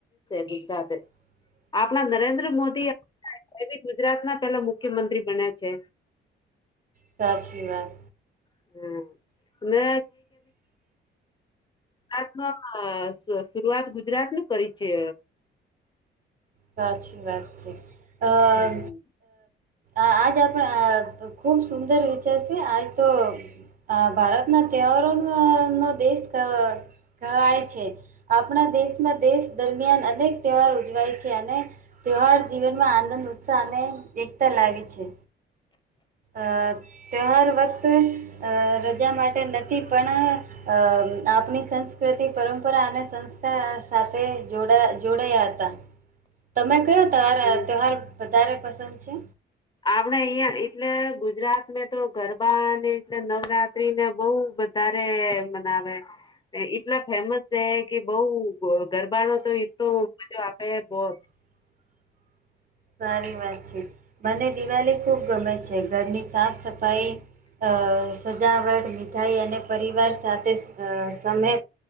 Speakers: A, on the left (about 25°); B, on the right (about 45°).
A: બીધા <unintelligible>
B: હ <unintelligible>
A: આપણા નરેન્દ્ર મોદી ગુજરાત ના પેલા મુખ્યમંત્રી બન્યા છે.
B: સાચી વાત.
A: હમ ને ગુજરાત ન શરૂઆત ગુજરાત ન કરી છે
B: સાચી વાત છે આ
A: હમ
B: અ આજ આપણે ખૂબ સુંદર વિચારશે આજ તો અ ભારતના ત્યાવારો નો દેશ કહેવાય છે. આપણા દેશમાં દેશ દરમિયાન અનેક તહેવાર ઉજવાય છે. અને તહેવાર જીવનમાં આનંદ ઉત્સાહ અને એકતા લાગે છે. આ તહેહાર વખત અ રજા માટે નથી અ પણ આપણી સંસ્ સંસ્કૃતિ પરંપરા અને સંસ્કાર સાથે જોડાયા હતા તમે ત
A: હમ
B: તહેવાર વધારે પસંદ છે?
A: આપડે અહિયાં એટલે ગુજરાત તો ગરબા અને એટલે નવરાત્રી ને બહ વધારે મનાવે. એટલા ફેમસ છે કે બઉ ગરબાનોો તો એટલો મજો આપે <unintelligible>
B: <unintelligible> સારી વાત છે. મને દિવાળી ખુબ ગમે છે. ઘરની સાફ સફાઈ અ સજાવટ મીઠાઈ અને પરિવાર સાથે અ સમય